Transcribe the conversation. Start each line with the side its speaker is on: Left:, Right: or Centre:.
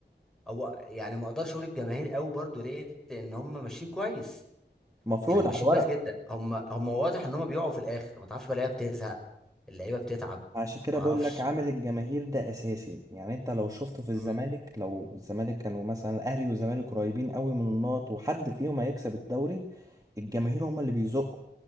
Centre: او يعني ما اقدرش اقول الجماهير قوي برضو ليه لان هم ماشيين كويس
Right: مفروض
Centre: يعني ماشيين
Right: على الورق
Centre: كويس جدا هم هم واضح ان هم بيقعوا في الاخر ما تعرفش بقى اللعيبه بتزهق اللعيبه بتتعب
Right: عشان كده
Centre: ما
Right: بقول
Centre: اعرفش
Right: لك عامل الجماهير ده اساسي يعني انت لو شفته في الزمالك
Centre: امم
Right: لو الزمالك كانوا مثلا الاهلي والزمالك قريبين قوي من النقط وحد فيهم هيكسب الدوري الجماهير هم اللي بيزقوا